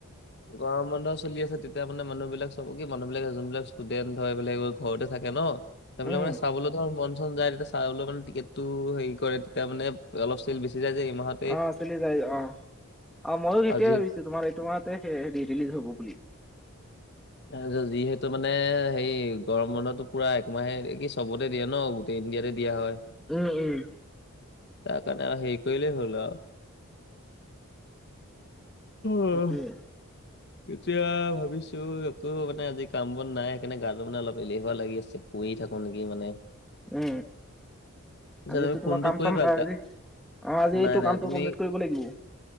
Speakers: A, on the left (about 50°); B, in the centre.
A: গৰম বন্ধ চলি আছে। তেতিয়া মানে মানুহবিলাক চব কি মানুহবিলাক যোনবিলাক ষ্টুডেণ্ট হয় এইবিলাক ঘৰতে থাকে ন? সেই বিলাক
B: উম
A: মানে চাবলৈ ধৰ মন চন যায় এনে চাই হলে মানে টিকেট টো হেৰি কৰে তেতিয়া মানে অলপ চেল বেছি যায় যে এই মাহত
B: অ চলি যায় অঁ, অঁ মইয়ো সেইতোৱেই
A: আৰু যিহেতু
B: ভাবিছো তোমাৰ এইটো মাহতে হেৰি ৰিলিজ হ'ব বুলি।
A: তাৰ পিছত যিহেতু মানে হেৰি গৰম বন্ধটো পুৰা একমাহে কি, চবতে দিয়ে ন? গোতেই ইণ্ডিয়াতে দিয়া হয়
B: উম উম।
A: তাৰ কাৰণে আৰু হেৰি কৰিলেই হ'ল আৰু উম।
B: সেইটোৱে।
A: এতিয়া ভাবিছো একো মানে আজি কাম বন নাই সেইকাৰণে গা মানে অলপ এলেহুৱা লাগি আছে। শুই থাকো নেকি মানে
B: উম।
A: পিছত
B: আজিটো
A: তুমি
B: তোমাৰ
A: ফোনটো
B: কাম
A: কৰিবা
B: চাম নাই
A: গা-
B: আজি অঁ আজি
A: নাই
B: কামটো
A: নাই তুমি
B: কমপ্লিট কৰিব লাগিব।